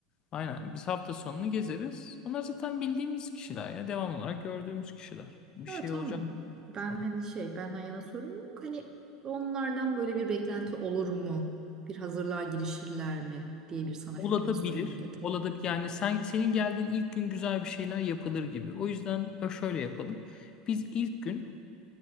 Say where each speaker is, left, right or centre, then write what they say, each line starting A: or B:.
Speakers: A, on the left; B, on the right.
A: Aynen. Biz hafta sonunu gezeriz. Onlar zaten bildiğimiz kişiler ya. Devam olarak gördüğümüz kişiler. Bir
B: Ha,
A: şey
B: tamam.
A: olacak
B: Ben
A: sonra.
B: hani şey benden yana sorun yok. Hani onlardan böyle bir beklenti olur mu? Bir hazırlığa girişirler mi diye bir sana
A: Olabilir.
B: fikrini sorayım dedim.
A: Olabilir. Yani sen senin geldiğin ilk gün güzel bir şeyler yapılır gibi. O yüzden ö- şöyle yapalım. Biz ilk gün